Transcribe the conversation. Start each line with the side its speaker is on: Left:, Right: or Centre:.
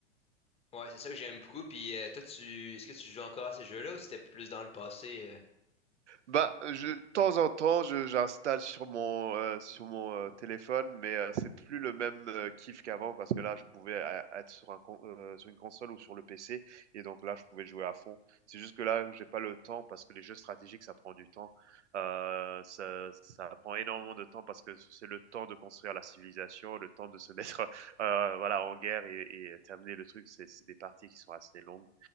Left: Ouais, c'est ça que j'aime beaucoup. Puis euh, toi, tu est-ce que tu joues encore à ces jeux-là ou c'était plus dans le passé? euh?
Right: Bah, je de temps en temps, je j'installe sur mon, heu, sur mon, heu, téléphone, mais, heu, c'est plus le même, heu, kiff qu'avant parce que là, je pouvais ê être sur un con heu, sur une console ou sur le PC et donc là, je pouvais jouer à fond. C'est juste que là, j'ai pas le temps parce que les jeux stratégiques, ça prend du temps. Heu, ça ça prend énormément de temps parce que c'est le temps de construire la civilisation, le temps de se mettre, <laughs> heu, voilà, en guerre et et terminer le truc. C'est c'est des parties qui sont assez longues.